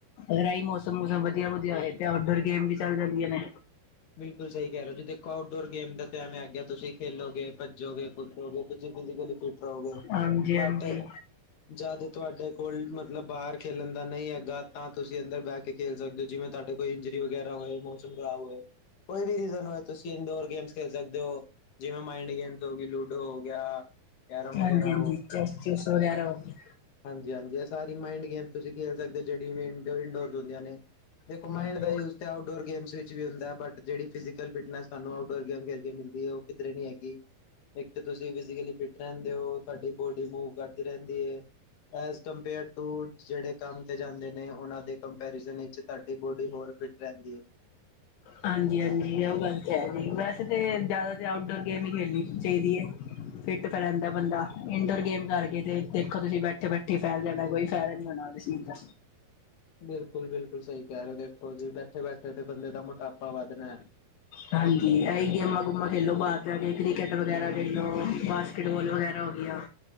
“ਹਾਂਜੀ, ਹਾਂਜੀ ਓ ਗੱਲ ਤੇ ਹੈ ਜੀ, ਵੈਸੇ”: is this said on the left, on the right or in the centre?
Left